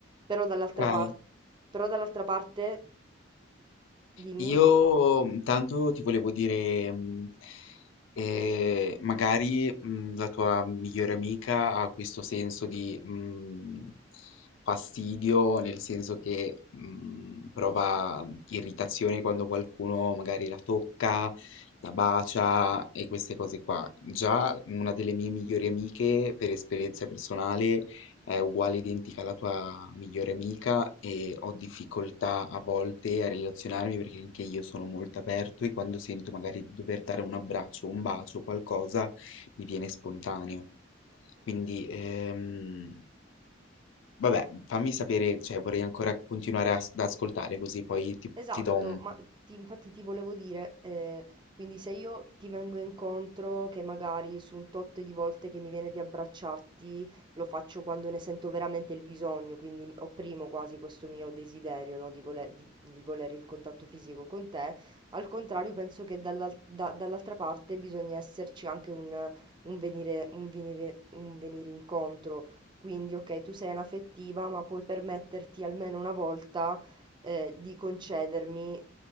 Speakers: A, on the right; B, on the left.
A: Però dall'altra
B: Okay.
A: parte, però dall'altra parte, dimmi.
B: Io mh, tanto ti volevo dire, mh, eh, magari mh, la tua migliore amica ha questo senso di mh, fastidio, nel senso che mh, prova irritazione quando qualcuno magari la tocca, la bacia e queste cose qua. Già una delle mie migliori amiche, per esperienza personale, è uguale identica alla tua migliore amica e ho difficoltà a volte a relazionarmi perché anche io sono molto aperto e quando sento magari di dover dare un abbraccio, un bacio, qualcosa, mi viene spontaneo. Quindi, ehm, vabbè, fammi sapere, cioè vorrei ancora continuare as- ad ascoltare così poi ti,
A: Esatto,
B: ti do un...
A: ma ti- infatti ti volevo dire, eh, quindi se io ti vengo incontro, che magari su un tot di volte che mi viene di abbracciarti, lo faccio quando ne sento veramente il bisogno, quindi opprimo quasi questo mio desiderio, no, di voler, di- di volere il contatto fisico con te, al contrario penso che dall'al- da- dall'altra parte bisogna esserci anche un, un venire, un venire, un venire incontro, quindi ok, tu sei anaffettiva, ma puoi permetterti almeno una volta eh, di concedermi